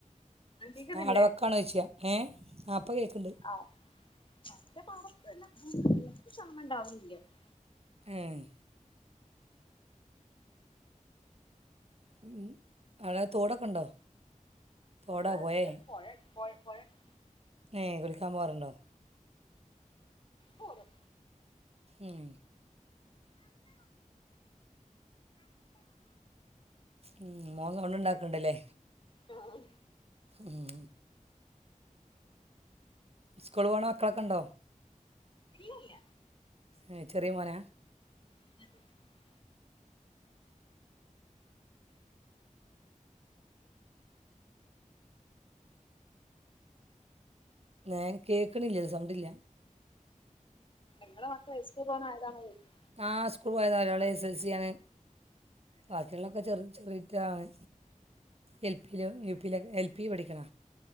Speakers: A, on the left (about 35°); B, on the right (about 45°).
A: കേക്ക്ന്നില്ലേ
B: പാട വെക്കാണ് ചോച്ചിയ ഏഹ് ഇപ്പം കേൾക്കുന്നുണ്ട്
A: <unintelligible>
B: ഏഹ് ഉം അഴെ തോടൊക്കെ ഉണ്ടോ തോടാ
A: ഇവടെ അടുത്ത്
B: പോയേ
A: പോയണ്ട് പേ പോയണ്ട
B: ഏഹ് കുളിക്കാൻ പോവാറുണ്ടോ
A: തോന്നും
B: ഉം ഉം മോൻ സൗണ്ട് ഉണ്ടാക്കണ്ടല്ലേ
A: ആഹ
B: ഉം സ്കൂൾ പോണ മക്കളോക്ക ഉണ്ടോ
A: ഇല്ല ഇല്ല.
B: ഏഹ് ചെറിയ മോന
A: അ <inaudible>
B: ഞാൻ കേക്കണില്ല സൗണ്ടില്ല
A: നിങ്ങളുടെ മക്കള <unintelligible> പോവനായതാണോ ചോയ്ക്ക
B: ആഹ് സ്കൂൾ പോയത ഒരാള എസ് എൽ സിയ ആണ് ബാക്കിയുള്ളൊക്കെ ചെറ ചെറിയ ഇറ്റാണ് എൽ പിയില യു പിയില എൽ പി പഠിക്കണ